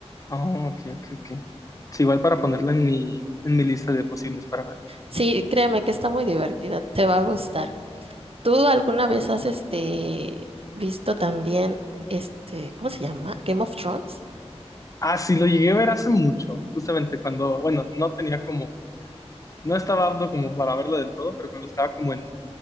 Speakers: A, on the left (about 30°); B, on the right (about 60°).
A: Oh, ok, ok, ok. Sí, igual para ponerla en mi, en mi lista de posibles para ver.
B: Sí, créeme que está muy divertida, te va a gustar. ¿Tú alguna vez has este visto también este, ¿cómo se llama? Game of Thrones.
A: Ah, sí, lo llegué a ver hace mucho, justamente cuando, bueno, no tenía como, no estaba apto como para verlo del todo, pero cuando estaba como en